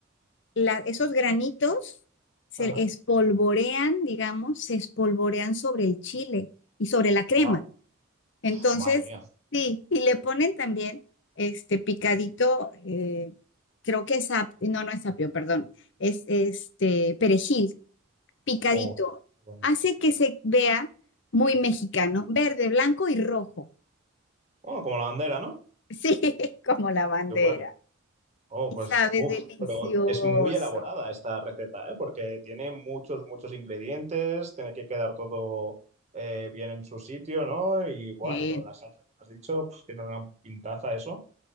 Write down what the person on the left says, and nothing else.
la- esos granitos se
espolvorean, digamos, se espolvorean sobre el chile y sobre la crema.
Entonces,
sí, y le ponen también este picadito, eh, creo que es ap- no, no es apio, perdón, es este perejil picadito.
Hace que se vea muy mexicano, verde, blanco y rojo. <laughs>
Sí, como la bandera.
Y
sabe
delicioso.
Sí,